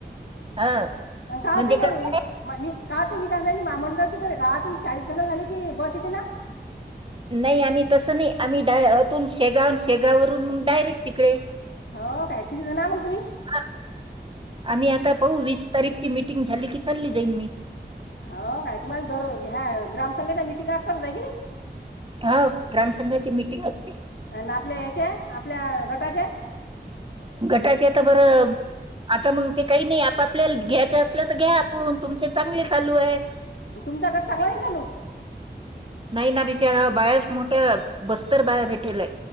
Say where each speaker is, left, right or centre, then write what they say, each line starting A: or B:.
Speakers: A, on the right; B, on the left.
A: हा
B: <unintelligible> <unintelligible> महामंडळाची
A: म्हणजे कसं
B: तर गावातून चाळीस जण झाले की बस येते ना!
A: आहे नाही आम्ही तसं नाही आम्ही अतून शेगाव शेगाववरून डायरेक्ट तिकडे.
B: हो काय कती जणा मग तुम्ही.
A: हा आम्ही आता पाहू वीस तारीखची मीटिंग झाली की चालली जाईन मी.
B: हो काय तुम्हाला दर ह्या ग्राम संंघाच्या मीटिंग असतात जा नी.
A: हो ग्रामसंघाची मीटिंग असते
B: आणि आपल्या याच्या आपल्याट कज्या.
A: घटाचे तर पर. आता मग ते काही नाही आपपल्याला घ्यायचं असलं तर घ्या आपण तुमचे चांगले चालू आहेत..
B: तुमचा गट चांगला नाही झालो.
A: नाही ना बिचारा बायास मोठ्या बस्तर बाहेर भेटेलय.